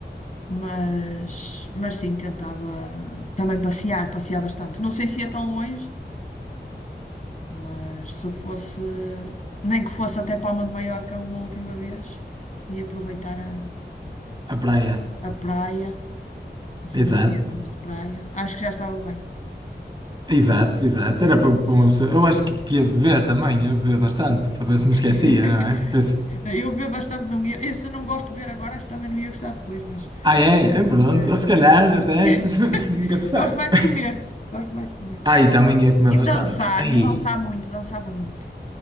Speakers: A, on the left (about 40°); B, on the right (about 25°).
A: Mas, mas sim, tentava também passear, passear bastante. Não sei se ia tão longe. Mas se fosse, nem que fosse até Palma de Maiorca uma última vez e aproveitar a,
B: A praia,
A: a praia, assim,
B: exato.
A: uns dias de praia, acho que já estava bem.
B: Exato, exato. Era para para uma pessoa. Eu acho
A: Exato.
B: que, que ia beber também, ia beber bastante, para ver se me
A: <laughs>
B: esquecia, não é? Depois,
A: Eu bebo bastante, não ia, eu, se não gosto de beber agora, acho que também não ia gostar depois, mas
B: ah, é? É, Pronto,
A: eh,
B: ou se calhar
A: eu gosto,
B: até
A: <laughs>
B: <laughs> nunca se sabe.
A: gosto mais de comer. Gosto mais de comer.
B: Aí também ia comer
A: E
B: bastante.
A: dançar,
B: Aí
A: ia dançar muito, dançava muito